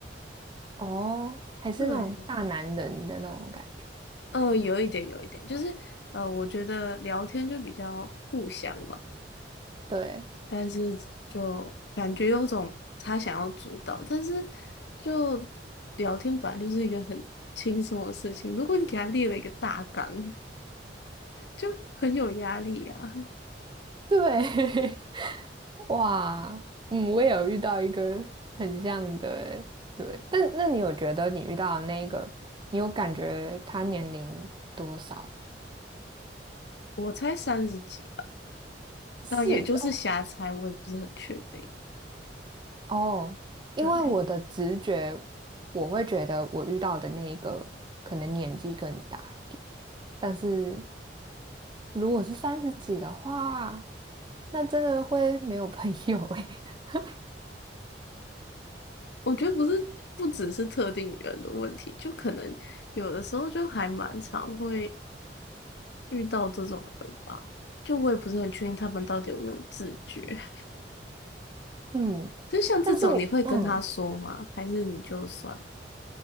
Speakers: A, on the right (about 25°); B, on the left (about 70°).
A: 哦，还是那种大男人的那种感觉？
B: 对，呃，有一点，有一点，就是呃，我觉得聊天就比较互相嘛，
A: 对，
B: 但是就感觉有种他想要主导，但是就聊天本来就是一个很轻松的事情，如果你给他列了一个大纲，就很有压力啊。
A: 对，<laughs> 哇，嗯，我也有遇到一个很像的欸，对，但那你有觉得你遇到的那一个，你有感觉他年龄多少？
B: 我才三十几吧，
A: 是哦，
B: 但也就是瞎猜，我也不是很确定。
A: 哦，因为我的直觉，
B: 对。
A: 我会觉得我遇到的那一个可能年纪更大一点，但是如果是三十几的话，那真的会没有朋友诶。<laughs>
B: 我觉得不是，不只是特定人的问题，就可能有的时候就还蛮常会遇到这种人吧。就我也不是很确定他们到底有没有自觉。<laughs>
A: 嗯，
B: 就像这种，
A: 但是我嗯。
B: 你会跟他说吗？还是你就算